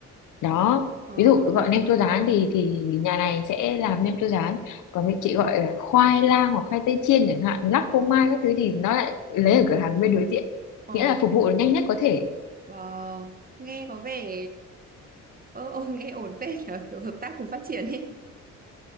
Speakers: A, on the left (about 80°); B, on the right (about 30°).
A: đó
B: ờ
A: ví dụ gọi nem chua rán thì thì nhà này sẽ làm nem chua rán còn vị chị gọi là khoai lang hoặc khoai tây chiên chẳng hạn lắc phô mai các thứ thì nó lại lấy ở cửa hàng bên đối diện
B: ờ
A: nghĩa là phục vụ nhanh nhất có thể
B: wow nghe có vẻ ờ, ờ nghe ổn phết nhở, kiểu hợp tác cùng phát triển đi